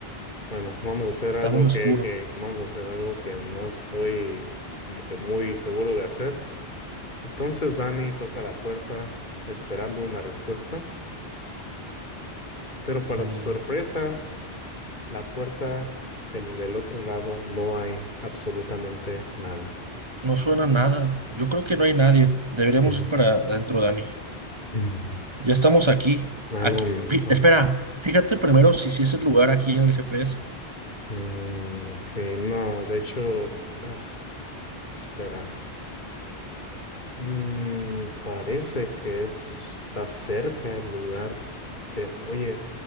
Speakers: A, on the left; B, on the right.
A: Bueno, vamos a hacer
B: Está
A: algo
B: muy oscuro.
A: que, que vamos a hacer algo que no estoy como que muy seguro de hacer. Entonces Danny toca la puerta esperando una respuesta, pero para
B: Mm,
A: su sorpresa, la puerta del, del otro lado no hay absolutamente nada.
B: no suena nada. Yo creo que no hay nadie. Deberíamos
A: Mm,
B: ir para adentro, Dani.
A: mm,
B: Ya estamos aquí.
A: Algo,
B: Aquí.
A: mm,
B: Fí-
A: ah,
B: espera. Fíjate primero si, si es el lugar aquí en el GPS.
A: mm, ok, no, de hecho, ah, espera, Mm, parece que es- está cerca el lugar, pero oye,